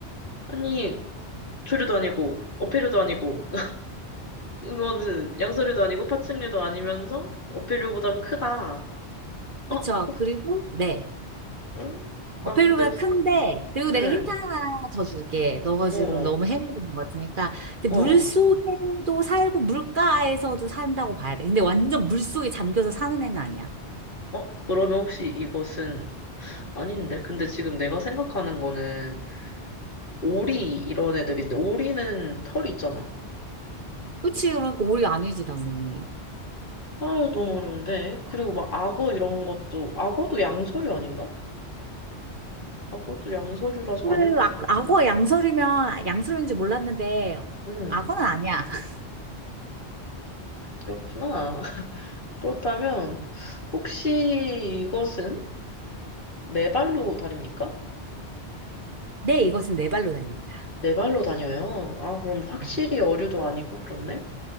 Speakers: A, on the left (about 50°); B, on the right (about 50°).
A: 아니, 조류도 아니고, 어패류도 아니고, 이거는 양서류도 아니고 파충류도 아니면서 어패류보단 크다. 어?
B: 그쵸? 그리고 네.
A: 어? 나
B: 어패류보다
A: 근데 지-
B: 큰데, 그리고 내가
A: 응.
B: 힌트 하나 더 줄게. 너가
A: 어.
B: 지금 너무 헤매는 것 같으니까. 근데
A: 어.
B: 물속에도 살고 물가에서도 산다고 봐야 돼. 근데 완전 물속에 잠겨서 사는 애는 아니야.
A: 어? 그러면 혹시 이것은 아닌데? 근데 지금 내가 생각하는 거는 오리 이런 애들인데 오리는 털이 있잖아.
B: 그치? 그러니까 오리 아니지, 당연히.
A: 아유 너무 어려운데. 그리고 막 악어 이런 것도 악어도 양서류 아닌가? 악어도 양서류라서
B: 그래,
A: 아닐 것
B: 악-
A: 같은데.
B: 악어 양서류면 양서류인지 몰랐는데,
A: 응.
B: 악어는 아니야. <laughs>
A: 그렇구나. <laughs> 그렇다면 혹시 이것은 네 발로 다닙니까?
B: 네, 이것은 네 발로 다닙니다.
A: 네 발로 다녀요? 아, 그럼 확실히
B: 음.
A: 어류도 아니고 그렇네?